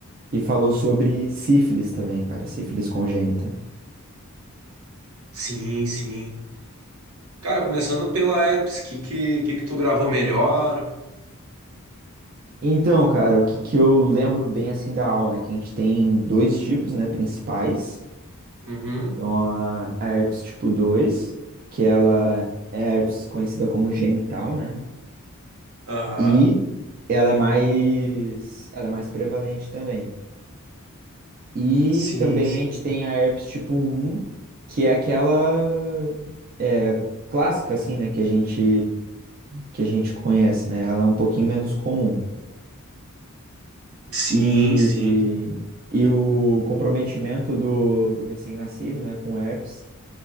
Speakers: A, on the right; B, on the right.
A: e falou sobre sífilis também, cara, sífilis congênita.
B: Sim, sim. Cara, começando pela herpes, que que, que que tu gravou melhor?
A: Então, cara, o que que eu lembro bem assim da aula, né? Que a gente tem dois tipos, né, principais.
B: Uhum.
A: Então, a, a herpes tipo 2, que ela é a herpes conhecida como genital, né?
B: Aham.
A: E ela é mais, ela é mais prevalente também. E
B: Sim,
A: também
B: sim.
A: a gente tem a herpes tipo um, que é aquela é, clássica, assim, né, que a gente, que a gente conhece, né? Ela é um pouquinho menos comum.
B: Sim,
A: E,
B: sim.
A: e o comprometimento do, do recém-nascido, né, com herpes,